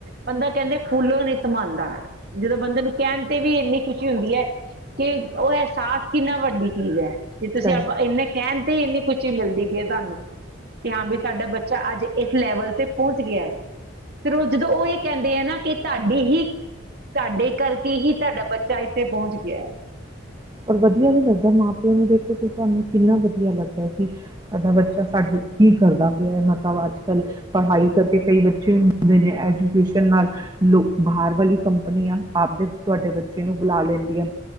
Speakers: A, on the right; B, on the right.
A: ਬੰਦਾ ਕਹਿੰਦੇ ਫੁੱਲੋਂ ਨਈਂ ਸਮਾਂਦਾ। ਜਦੋਂ ਬੰਦੇ ਨੂੰ ਕਹਿਣ ਤੇ ਵੀ ਇੰਨੀ ਖੁਸ਼ੀ ਹੁੰਦੀ ਐ ਕਿ ਉਹ ਅਹਿਸਾਸ ਕਿੰਨਾ ਵੱਡੀ ਚੀਜ਼ ਐ। ਜੇ ਤੁਸੀਂ
B: ਸਹੀ
A: ਆਪਾਂ ਇੰਨੇ ਕਹਿਣ ਤੇ ਇੰਨੀਂ ਖੁਸ਼ੀ ਮਿਲਦੀ ਪਈ ਐ ਤਾਨੂੰ ਕਿ ਹਾਂ ਵੀ ਸਾਡਾ ਬੱਚਾ ਅੱਜ ਇਸ ਲੈਵਲ ਤੇ ਪਹੁੰਚ ਗਿਆ ਐ। ਫਿਰ ਉਹ ਜਦੋਂ ਉਹ ਇਹ ਕਹਿੰਦੇ ਆ ਨਾ ਕਿ ਤੁਹਾਡੀ ਹੀ ਤੁਹਾਡੇ ਕਰਕੇ ਹੀ ਤੁਹਾਡਾ ਬੱ ਬੱਚਾ ਇੱਥੇ ਪਹੁੰਚ ਗਿਆ ਐ।
B: ਔਰ ਵਧੀਆ ਵੀ ਲੱਗਦਾ ਮਾਂ ਪਿਓ ਨੂ ਦੇਖੋ ਕਿ ਤੁਹਾਨੂੰ ਕਿੰਨਾ ਵਧੀਆ ਲੱਗਦਾ ਕਿ ਸਾਡਾ ਬੱਚਾ ਸਾਡੇ ਕੀ ਕਰਦਾ ਪਿਆ ਮਤਲਬ ਅੱਜ ਪੜ੍ਹਾਈ ਕਰਕੇ ਕਈ ਬੱਚੇ ਹੁਣ ਹੁੰਦੇ ਨੇ ਐਜੂਕੇਸ਼ਨ ਨਾਲ ਲੋ ਬਾਹਰ ਵਾਲੀ ਕੰਪਨੀ ਆਪਣੀਆਂ ਆਪਦੇ ਤੁਹਾਡੇ ਬੱਚੇ ਕਿਨੂੰ ਬੁਲਾ ਲੈਂਦੀਆਂ